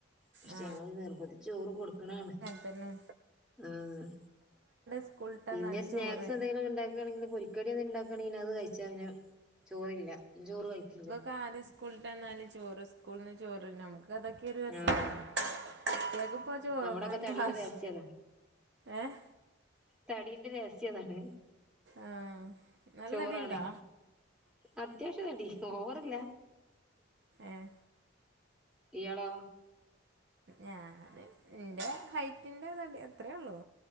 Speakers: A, in the centre; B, on the right.
A: പക്ഷെ
B: ആ
A: ഞങ്ങള് നിർബന്ധിച്ച് ചോറ് കൊടുക്കണാണ്.
B: തന്നെ.
A: ആഹ്
B: സ്കൂളിട്ട്
A: പിന്നെ
B: വന്നാൽ
A: സ്നാക്സ്
B: ചോറ്
A: എന്തെങ്കിലൊക്കെ ഉണ്ടാക്കാണെങ്കിൽ പൊരി കടി എന്തേലും ഉണ്ടാക്കാണെങ്കിൽ അത് കഴിച്ചാ പിന്നെ ചോറില്ല ചോറ് കഴിക്കില്ലാ.
B: നാലിസ് സ്കൂളിട്ടന്നാല് ചോറ് സ്കൂളിന്ന് ചോറ് നമുക്ക് അതൊക്കെ ഒരു രസല്ലെ.
A: ആഹ്
B: കുട്ട്യോയ്‌ക്കിപം ചോറും
A: നമ്മുടെയൊക്കെ
B: വേണ്ടാ
A: തടിയുടെ
B: ആവിശ്യം
A: രഹസ്യം അതാ
B: ഏഹ്.
A: തടീന്റെ രഹസ്യം അതാണ്.
B: ആഹ നല്ലതടി
A: ചോറാണ്
B: ഇണ്ടാ
A: അത്യാവശ്യം തടി ഓവറല്ല.
B: ഏഹ്.
A: ഇയാളോ?
B: ഞാനിന്റെ ഹൈറ്റിന്റെ തടി അത്രയുള്ളൂ.